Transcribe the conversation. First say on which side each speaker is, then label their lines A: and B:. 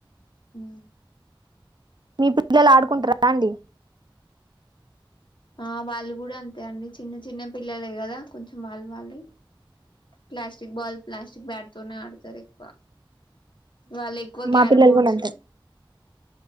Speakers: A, on the left (about 60°); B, on the right (about 55°).
A: హ
B: మీ పిల్లలు ఆడుకుంటరా అండి
A: ఆ వాళ్ళు గుడ అంతే అండి చిన్న చిన్న పిల్లలే గదా కొంచెం వాళ్ళు వాళ్ళె ప్లాస్టిక్ బాల్ ప్లాస్టిక్ బ్యాట్ తోనే ఆడతారి వ వాళ్ళెక్కువ
B: మా
A: క్యారమ్
B: పిల్లలు
A: బోర్డ్స్
B: కూడా అంతే